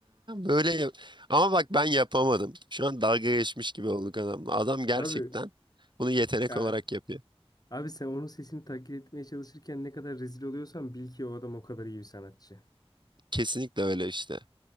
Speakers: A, on the right; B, on the left.
A: Böyle yap- ama bak ben yapamadım. Şu an dalga geçmiş gibi olduk adamla. Adam gerçekten
B: Abi
A: bunu yetenek
B: ya
A: olarak yapıyor.
B: abi sen onun sesini taklit etmeye çalışırken ne kadar rezil oluyorsan bil ki o adam o kadar iyi bir sanatçı.
A: Kesinlikle öyle işte.